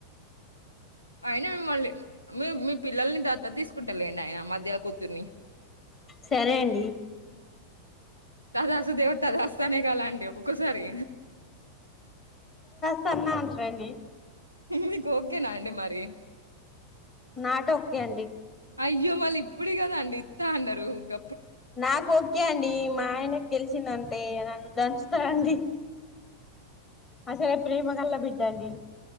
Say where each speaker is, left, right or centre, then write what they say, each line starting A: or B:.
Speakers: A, on the left; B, on the left.
A: అయినా మిమ్మల్ళని మీ మీ పిల్లల్ని దత్తత తీసుకుంటాలేండి ఆయన మధ్యలో కూతుర్ని.
B: సరే అండి
A: తదాసు దేవ తదాస్తానే కాాలా అంటిడి ఒక్కొక్కసారి
B: సన్నా అంట్రని
A: మీకు ఓకే నా అండి మరి
B: నాట్ ఒకే అండి.
A: అయ్యో మలి ఇప్పుడు కదా అండి ఇత్త అన్నారు గ
B: నాకు ఒకే అం డి మా ఆయనకు గెల్సింద్ అంటే నన్ను దంచుతానండి ఆ సరే ప్రేమ గల్లా బిడ్డండి